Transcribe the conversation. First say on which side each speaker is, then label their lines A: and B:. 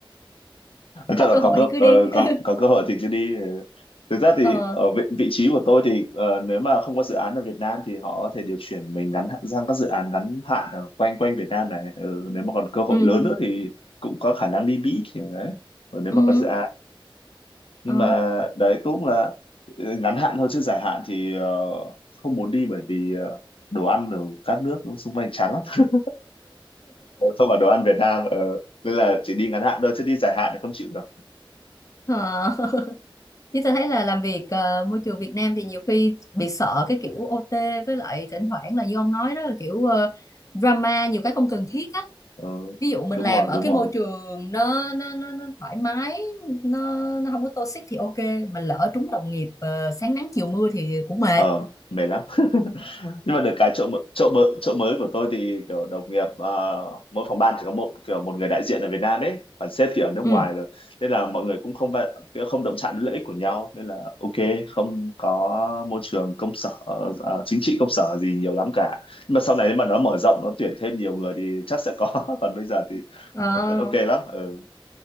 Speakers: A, on the left; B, on the left.
A: có
B: chắc là
A: cơ hội
B: có cơ
A: thì cứ
B: ờ,
A: đi <laughs>
B: có có cơ hội thì cứ đi Ừ. thực ra thì
A: ờ
B: ở vị, vị trí của tôi thì ờ, nếu mà không có dự án ở Việt Nam thì họ có thể điều chuyển mình ngắn hạn- sang các dự án ngắn hạn ở quanh quanh Việt Nam này ừ, nếu mà còn cơ hội
A: ừ
B: lớn nữa thì cũng có khả năng đi Mỹ kiểu đấy ừ, nếu
A: ừ
B: mà có dự án nhưng
A: ờ
B: mà đấy cũng là ừ, ngắn hạn thôi chứ dài hạn thì ờ, không muốn đi bởi vì ờ, đồ ăn ở các nước xung quanh chán lắm <laughs> không phải đồ ăn Việt Nam ờ, nên là chỉ đi ngắn hạn thôi chứ đi dài hạn thì không chịu được
A: ờ. <laughs> chứ tôi thấy là làm việc ờ, môi trường Việt Nam thì nhiều khi bị sợ cái kiểu OT với lại thỉnh thoảng là như ông nói đó là kiểu ờ, drama nhiều cái không cần thiết á
B: Ờ,
A: ví dụ mình
B: đúng
A: làm
B: rồi
A: ở
B: đúng
A: cái
B: rồi
A: môi trường nó nó nó, nó thoải mái nó nó không có toxic thì ok mình lỡ trúng đồng nghiệp ờ, sáng nắng chiều mưa thì cũng mệt
B: ờ mệt lắm <laughs> nhưng mà được cái chỗ mới, chỗ mới chỗ mới của tôi thì kiểu đồng nghiệp ờ, mỗi phòng ban chỉ có một kiểu một người đại diện ở Việt Nam ấy còn sếp thì ở nước
A: ừ
B: ngoài rồi nên là mọi người cũng không va- không động chạm đến lợi ích của nhau nên là ok không có môi trường công sở ờ, ờ, chính trị công sở gì nhiều lắm cả nhưng mà sau này nếu mà nó mở rộng nó tuyển thêm nhiều người thì chắc sẽ có <laughs> còn bây giờ thì
A: Ờ,
B: vẫn ok lắm ừ.